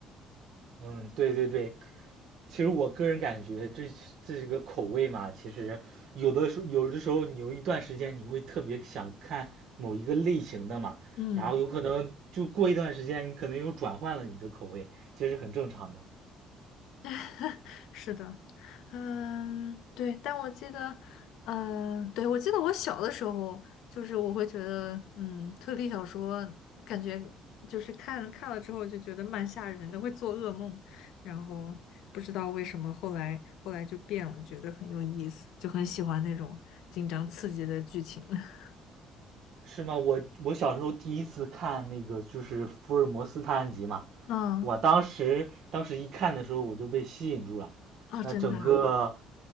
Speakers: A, on the right; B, on the left.
A: 嗯，对对对。其实我个人感觉这这个口味嘛，其实有的时候有的时候你有一段时间你会特别想看某一个类型的嘛，
B: 嗯，
A: 然后有可能就过一段时间你可能又转换了你的口味，这是很正常的。
B: <laughs> 是的，嗯，对，但我记得，呃，对，我记得我小的时候，就是我会觉得，嗯，推理小说感觉就是看看了之后就觉得蛮吓人的，会做噩梦，然后不知道为什么后来后来就变了，觉得很有意思，就很喜欢那种紧张刺激的剧情。<laughs>
A: 是吗？我我小时候第一次看那个就是福尔摩斯探案集嘛，
B: 嗯，
A: 我当时当时一看的时候我都被吸引住了，
B: 哦，
A: 那整个，
B: 真的啊，